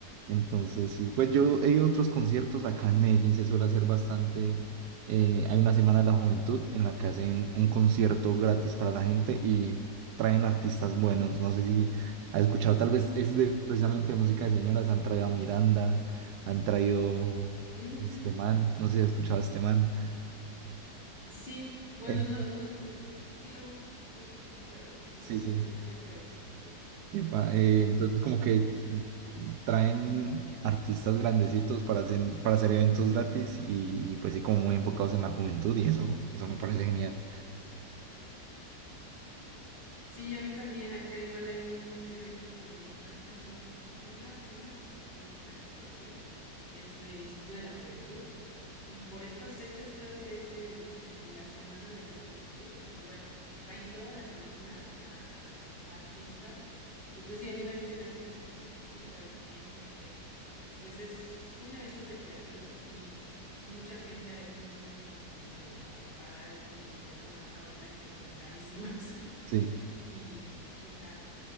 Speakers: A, on the right; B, on the left.
A: Entonces, sí, pues yo he ido a otros conciertos acá en Medellín, se suele hacer bastante. eh, hay una Semana de la Juventud en la que hacen un concierto gratis para la gente y traen artistas buenos. No sé si has escuchado, tal vez es de precisamente de música de señoras. Han traído a Miranda, han traído
B: Mm,
A: a este man, no sé si has escuchado a este man.
B: sí. Bueno,
A: Eh,
B: no, no, mm, sí lo ubico, pero no
A: sí,
B: sé mucho
A: sí.
B: de sus canciones, pero sí, sí lo ubico.
A: Epa, eh, entonces como que traen artistas grandecitos para hacer, para hacer eventos gratis y, y, pues sí como muy enfocados en la juventud y eso, eso me parece genial.
B: Sí, a mí también. Acá igual hay un evento que le llaman, bueno, una, una mm, asociación que es el Instituto de la Juventud. Y por estas fechas creo que es el, el- la Semana de la Juventud. Y igual traen toda la semana a artistas. Y pues sí, a mí también se me hace como súper bien porque pues es, son eventos recreativos y mucha gente a veces no tiene como el dinero, ¿no? Para pagar ahorita un concierto, más ahorita que son carísimos. <laughs>
A: Sí,
B: Y pues sí está,